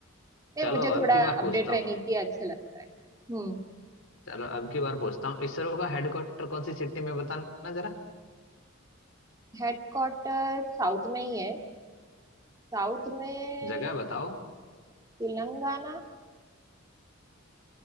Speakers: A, on the right; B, on the left.
A: नहीं
B: चलो
A: मुझे
B: अब
A: थोड़ा
B: की बार
A: अपडेट
B: पूछता
A: रहने
B: हूँ
A: की अच्छा लगता है हम्म
B: चलो अब की बार पूछता हूँ इसरो का हेडक्वार्टर कौन सी सिटी में बताना जरा
A: हेडक्वार्टर साउथ में ही है साउथ में
B: जगह बताओ
A: तेलंगाना